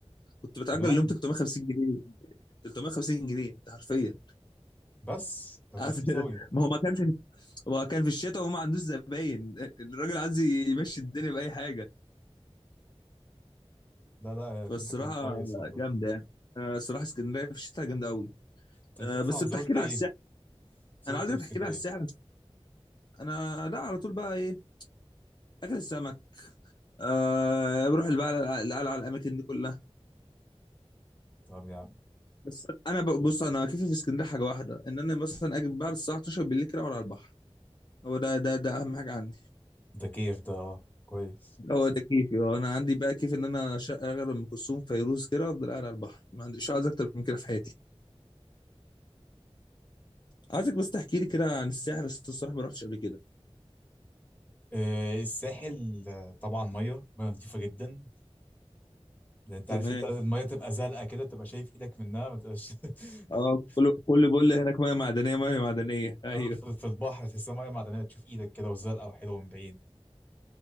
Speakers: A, on the left; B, on the left.
A: كنت بتأجر
B: كمان
A: اليوم 350 جنيه 350 جنيه ده حرفيا
B: بس ده
A: <laughs> عارف؟
B: ده رخيص قوي
A: ما هو ما كان في ما هو كان في الشتاء وما عندوش زباين الراجل عايز يمشي الدنيا بأي حاجه
B: لا لا
A: فالصراحه
B: كده كان كويس والله
A: جامده يعني آه، الصراحه اسكندريه في الشتاء جامده قوي
B: طب
A: آه،
B: انت اصلا
A: بس بتحكي
B: زرت
A: لي
B: ايه
A: على الساحل
B: زرت
A: انا عايزك
B: ايه في اسكندرية
A: تحكي لي على الساحل انا لا على طول بقى ايه اكل السمك أه بروح بقى القلعه الاماكن دي كلها
B: طب يا عم،
A: بس انا ب- بص انا كيفي في اسكندريه حاجه واحده ان انا مثلا اجي بعد الساعه 12 بالليل كده اقعد على البحر هو ده ده ده اهم حاجه عندي
B: ده كيف ده اه كويس
A: هو ده كيفي هو انا عندي بقى كيف ان انا اشغل ام كلثوم فيروز كده وافضل قاعد على البحر ما عنديش عايز اكتر من كده في حياتي عايزك بس تحكي لي كده عن الساحل بس الصراحه ما رحتش قبل كده
B: إيه الساحل آه، طبعا ميه ميه نظيفة جدا لان انت
A: تمام
B: عارف انت الميه تبقى زرقاء كده تبقى شايف ايدك منها ما تبقاش <laughs>
A: اه كله كله بيقول لي هناك ميه معدنيه ميه معدنيه <laughs> ايوه
B: اه في في البحر تحسها ميه معدنيه تشوف ايدك كده وزرقاء وحلوه من بعيد